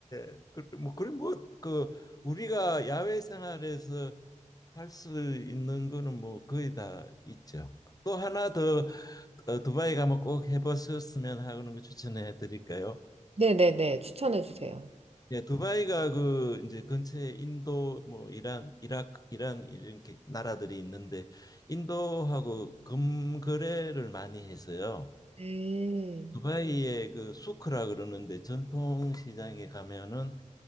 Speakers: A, on the left; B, on the right.
A: 예. 그, 뭐, 그리 뭐, 그, 우리가 야외 생활에서 할 수 있는 거는 뭐 거의 다 있죠. 또 하나 더 어, 두바이 가면 꼭 해보셨으면 하는 거 추천해 드릴까요?
B: 네네네. 추천해 주세요.
A: 예, 두바이가 그 이제 근처에 인도 뭐 이란 이라크 이란 이렇게 나라들이 있는데 인도하고 금거래를 많이 해서요.
B: 네.
A: 두바이의 그 수크라 그러는데 전통 시장에 가면은